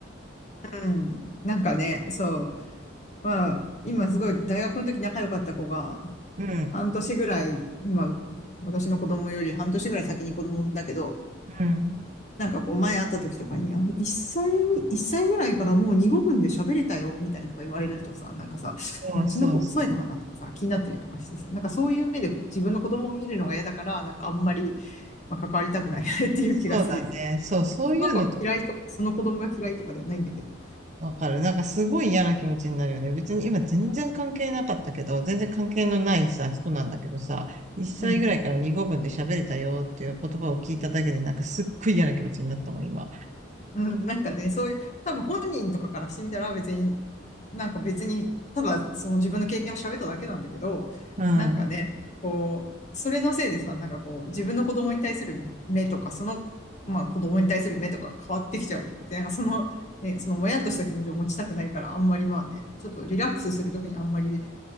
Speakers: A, on the left; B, on the right.
A: うん。なんかね、そう。まあ、今すごい大学の時仲良かった子が、
B: うん、
A: 半年ぐらい、今、私の子供より半年ぐらい先に子供産んだけど、
B: うん。
A: なんかこう前会った時とかに、あ一歳、一歳ぐらいからもう二語分で喋れたよ、みたいなとか言われるとさ、なんかさ、
B: そうそう、
A: えうちの子遅いのかなとかさ、気になったりとかしてさ、なんかそういう目で自分の子供を見るのが嫌だから、なんかあんまり、まあ、関わりたくない <laughs> っていう気がするよね。
B: そうだね。そう、そういうのと
A: その子が嫌いとか、その子供が嫌いとかではないんだけど。
B: わかる。なんかすごい嫌な気持ちになるよね。別に今全然関係なかったけど、全然関係のないさ、人なんだけどさ、1歳ぐらいから2語分で喋れたよっていう言葉を聞いただけで、
A: うん。
B: なんかすっごい嫌な気持ちになったもん、今。
A: うん、なんかね、そういう、多分本人とかからしてみたら別に、なんか別に、ただその自分の経験を喋っただけなんだけど、
B: うん。
A: なんかね、
B: うん
A: こう、それのせいでさ、なんかこう、自分の子供に対する目とか、その、まあ子供に対する目とかが変わってきちゃう。で、なんかその、ね、そのもやっとした気持ちを持ちたくないから、あんまりまあね、ちょっとリラックスするときにあんまり